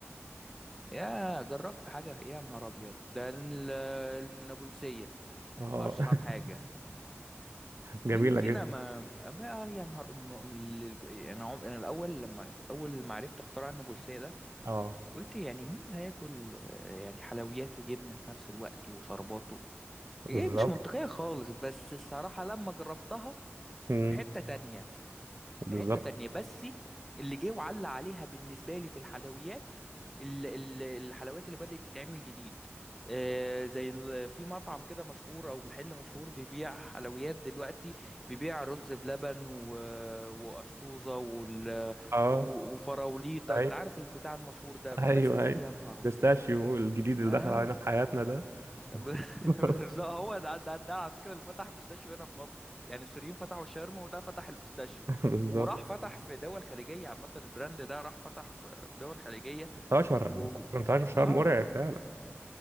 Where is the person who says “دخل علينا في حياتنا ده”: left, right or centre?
Right